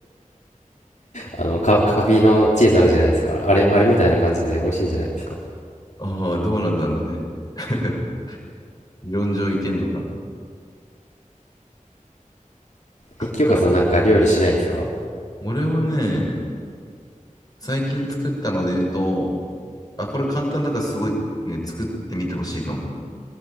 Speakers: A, on the left; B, on the left.
A: あのかカビのチーズあるじゃないですかあれあれみたいな感じで美味しいんじゃないですか
B: う。ああー、どうなんだろうね。<laughs> 理論上いけんのか。あ、
A: え、清香さんなんか料理しないんですか
B: なんか、俺はね、最近作ったので言うと、あ、これ簡単だからすごいね、作ってみてほしいかも。